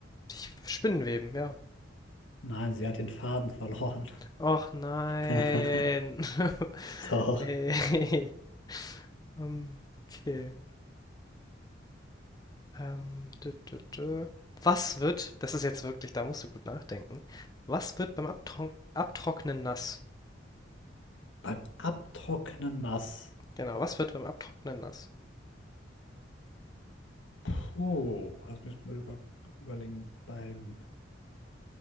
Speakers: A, on the left; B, on the left.
A: ich Spinnenweben, ja.
B: Nein, sie hat den Faden verloren.
A: Och nein.
B: <laughs>
A: <laughs>
B: Doch.
A: Ey. Ähm, okay. Ähm, dö, dö, dö. Was wird, das ist jetzt wirklich, da musst du gut nachdenken. Was wird beim Abtrock Abtrocknen nass?
B: Beim Abtrocknen nass.
A: Genau, was wird beim Abtrocknen nass?
B: Puh, das mich mal über, überlegen. Beim,